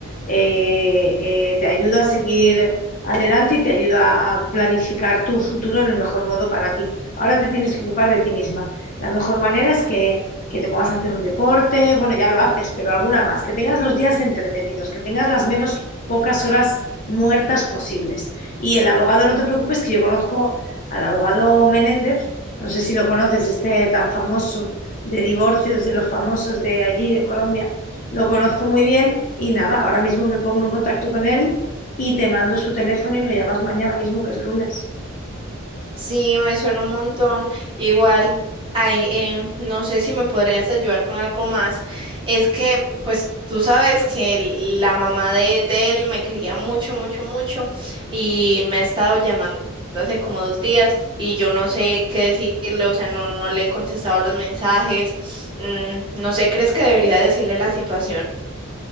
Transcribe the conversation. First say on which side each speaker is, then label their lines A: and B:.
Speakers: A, on the left (about 35°); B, on the right (about 25°).
A: Eh, eh, te ayudo a seguir adelante y te ayudo a, a planificar tu futuro en el mejor modo para ti. Ahora te tienes que ocupar de ti misma. La mejor manera es que, que te pongas a hacer un deporte, bueno, ya lo haces, pero alguna más, que tengas los días entretenidos, que tengas las menos pocas horas muertas posibles. Y el abogado, no te preocupes, que yo conozco al abogado Menéndez, no sé si lo conoces, este tan famoso de divorcios de los famosos de allí, de Colombia, lo conozco muy bien y nada, ahora mismo me pongo en contacto con él y te mando su teléfono y lo llamas mañana mismo, que es lunes.
B: Sí, me suena un montón. Igual, ay, em, no sé si me podrías ayudar con algo más. Es que, pues, tú sabes que el- la mamá de, de él me quería mucho, mucho, mucho y me ha estado llamando hace como dos días y yo no sé qué decirle, o sea, no, no le he contestado los mensajes. Mm, no sé, ¿crees que debería decirle la situación?